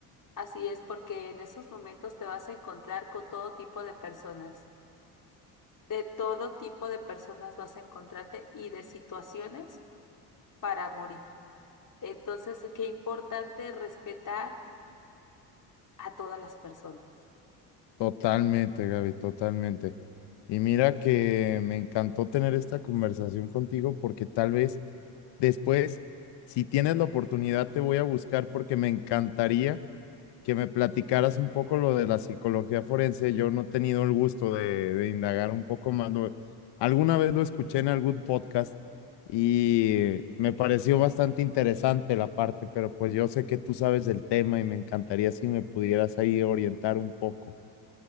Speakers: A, on the left; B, on the left.
A: Así es, porque en esos momentos te vas a encontrar con todo tipo de personas. De todo tipo de personas vas a encontrarte y de situaciones para morir. Entonces, qué importante respetar a todas las personas.
B: Totalmente, Gaby, totalmente. Y mira que me encantó tener esta conversación contigo porque tal vez después, si tienes la oportunidad, te voy a buscar porque me encantaría que me platicaras un poco lo de la psicología forense. Yo no he tenido el gusto de, de indagar un poco más. Lo- alguna vez lo escuché en algún podcast y me pareció bastante interesante la parte, pero pues yo sé que tú sabes del tema y me encantaría si me pudieras ahí orientar un poco.